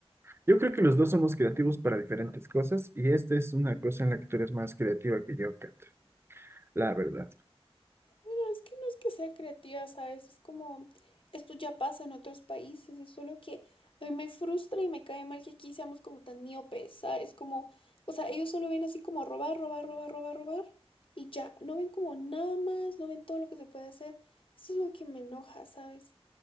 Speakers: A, on the right; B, on the left.
A: Yo creo que los dos somos creativos para diferentes cosas y esta es una cosa en la que tú eres más creativa que yo, Kat, la verdad.
B: Bueno, es que no es que sea creativa, ¿sabes? Es como, esto ya pasa en otros países, es solo que a mí me frustra y me cae mal que aquí seamos como tan miopes, ¿sabes? Como, o sea, ellos solo ven así como robar, robar, robar, robar, robar y ya, no ven como nada más, no ven todo lo que se puede hacer. Eso es lo que me enoja, ¿sabes?